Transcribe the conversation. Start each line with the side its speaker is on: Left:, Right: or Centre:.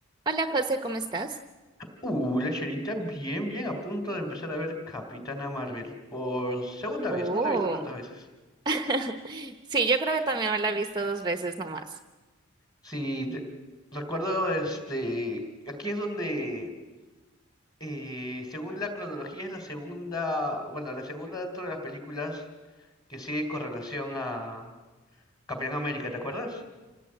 Right: Hola José, ¿cómo estás?
Left: Uh, lecherita, bien, bien, a punto de empezar a ver Capitana Marvel por segunda
Right: Oh,
Left: vez, no la he visto tantas veces.
Right: <laughs> sí, yo creo que también me la he visto dos veces nomás.
Left: Sí, te- recuerdo, este, aquí es donde, eh, según la cronología, es la segunda, bueno, la segunda dentro de las películas que sigue con relación a Capitán América, ¿te acuerdas?